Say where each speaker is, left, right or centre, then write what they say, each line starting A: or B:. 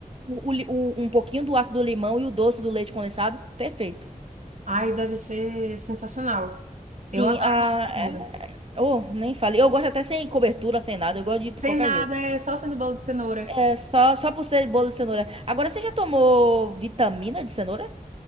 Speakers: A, on the right; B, on the right.
A: o, o li- o- um pouquinho do ácido do limão e o doce do leite condensado. Perfeito.
B: Ai, deve ser sensacional. Eu
A: Sim,
B: adoro
A: a
B: bolo de cenoura.
A: é- oh, nem falei. Eu gosto até sem cobertura, sem nada, eu gosto de
B: Sem
A: qualquer
B: nada,
A: jeito.
B: é só sendo bolo de cenoura.
A: É só só por ser bolo de cenoura. Agora você já tomou vitamina de cenoura?